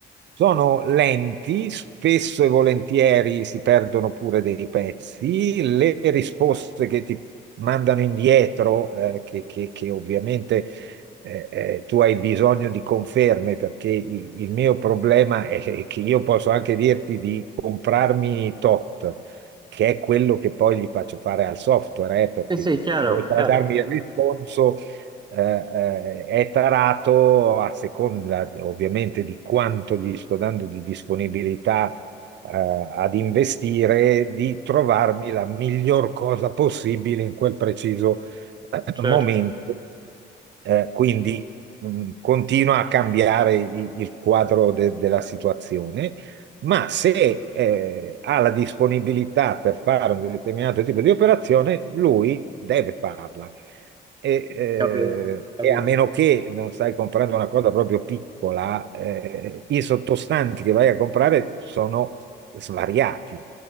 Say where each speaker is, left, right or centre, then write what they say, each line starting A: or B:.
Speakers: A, on the right; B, on the right.
A: sono lenti, spesso e volentieri si perdono pure dei pezzi, le risposte che ti mandano indietro, eh, che, che- che ovviamente eh, eh, tu hai bisogno di conferme, perché i- il, mio problema è che io posso anche dirti di comprarmi tot, che è quello che poi gli faccio fare al software, eh, perché
B: Sì, sì, chiaro,
A: oltre
B: chiaro,
A: a darmi il responso eh, eh, è tarato a seconda ovviamente di quanto gli sto dando di disponibilità eh, ad investire, di trovarmi la miglior cosa possibile in quel preciso eh,
B: certo.
A: momento. Eh, quindi mh, continua a cambiare i- il, quadro de- della situazione, ma se eh, ha la disponibilità per fare un determinato tipo di operazione, lui deve farla. E, eh,
B: Capito, capito.
A: e a meno che non stai comprando una cosa proprio piccola, eh, i sottostanti che vai a comprare sono svariati.